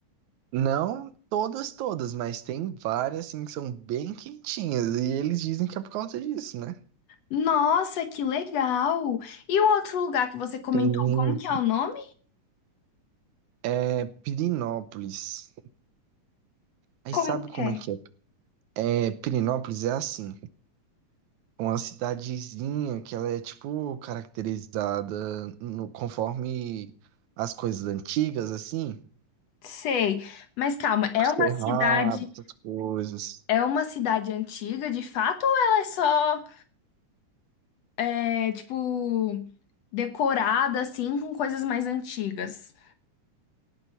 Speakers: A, on the right; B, on the left.
A: Não todas, todas, mas tem várias assim que são bem quentinhas e eles dizem que é por causa disso, né?
B: Nossa, que legal! E o outro lugar que você comentou,
A: Tem
B: como que é o nome?
A: é, Pirinópolis. Aí
B: Como
A: sabe
B: que
A: como
B: é?
A: é que é? É, Pirinópolis é assim, uma cidadezinha que ela é tipo caracterizada no, conforme as coisas antigas, assim,
B: Sei, mas calma, é
A: por cerrado,
B: uma cidade,
A: essas coisas.
B: é uma cidade antiga de fato ou ela é só, é, tipo, decorada assim com coisas mais antigas?